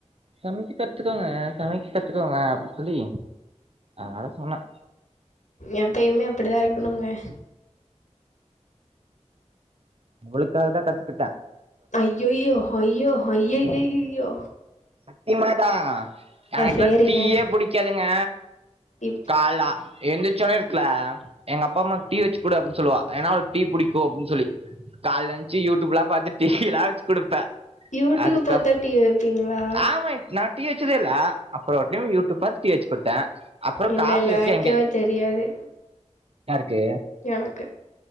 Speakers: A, on the right (about 55°); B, on the left (about 85°).
A: சமைக்க கத்துக்கோங்க சமைக்க கத்துக்கோங்க அப்ப சொல்லி அதா சொன்ன
B: எப்பயுமே அப்படிதா இருக்கணுங்க
A: உங்குளுக்காகதா கத்துக்கிட்ட
B: ஐயய்யோ ஐயோ ஐய்யய்யய் ஐய்யய்யோ
A: சக்தி மாதா எனக்குலா
B: சேரிங்க
A: தீயே புடிக்காதுங்க
B: இப்
A: காலைல அ எந்திருச்சவுடனே இருக்குல எங்க அப்பம்மா டீ வச்சிக் கூடு அப்டினு சொல்லுலா ஏன்னா அவள்க்கு டீ புடிக்கு அப்டின்னு சொல்லி காலைல எந்திருச்சி யூடியூப்லா பாத்து டீ எல்லா வச்சு குடுப்பே
B: யூடுப்
A: அதுக்க
B: பாத்து டீ வெப்பீங்களா
A: ஆமா ட்நாட் டீ வெச்சுதே இல்ல அப்புறோ ஒர் டைம் யூட்டுப் பாத்து டீ வெச்சு குடுத்தே அப்றோ
B: இல்ல
A: காஃபி
B: இல்ல
A: வச்சு
B: வெக்கவே
A: எங்க
B: தெரியாது
A: தே
B: எனக்கு